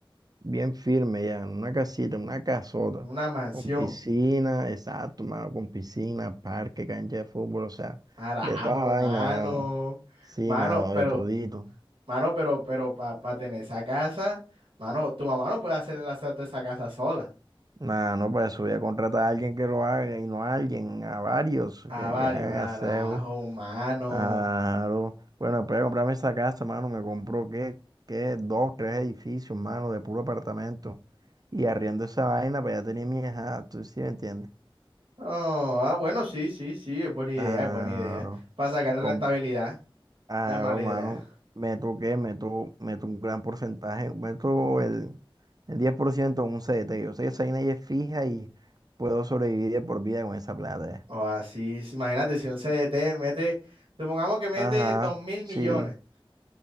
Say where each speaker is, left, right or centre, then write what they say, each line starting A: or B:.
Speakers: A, on the right; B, on the right.
A: bien firme ya, en una casita, una casota,
B: Una mansión.
A: con piscina, exacto, mano, con piscina, parque, cancha de fútbol, o sea,
B: Carajo,
A: de toda vaina,
B: mano.
A: mano. Sí,
B: Mano,
A: mano,
B: pero,
A: de todito.
B: mano, pero, pero, para tener esa casa, mano, tu mamá no puede hacer el asalto de esa casa sola.
A: Nah, no, pues eso, voy a contratar a alguien que lo haga y no a alguien, a varios
B: A
A: que,
B: varios,
A: que hagan
B: carajo,
A: aseo.
B: mano.
A: Claro. Bueno, después de comprarme esa casa, mano, me compró qué, qué, dos, tres edificios, mano, de puro apartamento. Y arriendo esa vaina, pues ya tenía mi hija, tú sí me entiendes.
B: Oh, ah, bueno, sí, sí, sí, es buena idea,
A: Claro.
B: es buena idea. Para sacarle
A: Com-
B: rentabilidad,
A: Claro,
B: no es mala
A: mano,
B: idea.
A: meto qué, meto, meto un gran porcentaje, meto el, el 10% en un CDT. Yo sé que esa vaina ya es fija y puedo sobrevivir de por vida con esa plata. ¿eh?
B: O así, sí, imagínate si un CDT mete, supongamos que mete
A: Ajá,
B: dos mil millones,
A: sí.